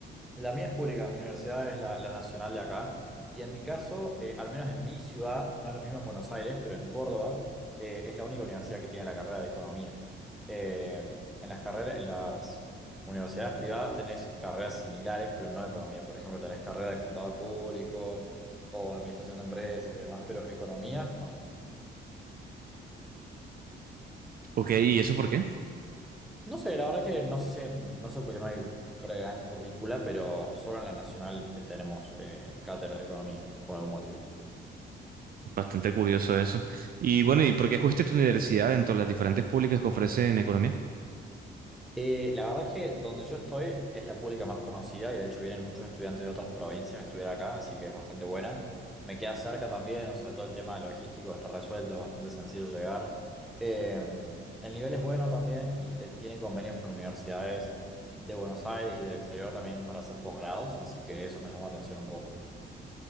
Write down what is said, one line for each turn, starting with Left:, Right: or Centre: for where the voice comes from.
Centre: La mía es pública, mi universidad es la, la nacional de acá. Y en mi caso, eh, al menos en mi ciudad, no es lo mismo en Buenos Aires, pero en Córdoba, eh, es la única universidad que tiene la carrera de economía. Eh, en las carreras, en las universidades privadas tenés carreras similares, pero no de economía. Por ejemplo, tenés carrera de contador público o administración de empresas y demás, pero economía no.
Right: Ok, ¿y eso por qué?
Centre: No sé, la verdad que no sé si- no sé por qué no hay creo, gran currícula, pero solo en la nacional eh, tenemos eh, cátedras de economía, por algún motivo.
Right: Bastante curioso eso. Y bueno, ¿y por qué escogiste tu universidad dentro de las diferentes públicas que ofrecen economía?
Centre: Eh, la verdad que donde yo estoy es la pública más conocida y de hecho vienen muchos estudiantes de otras provincias a estudiar acá, así que es bastante buena. Me queda cerca también, o sea, todo el tema logístico está resuelto, es bastante sencillo llegar. Eh, el nivel es bueno también y te- tiene convenios con universidades de Buenos Aires y del exterior también para hacer posgrados, así que eso me llama la atención un poco.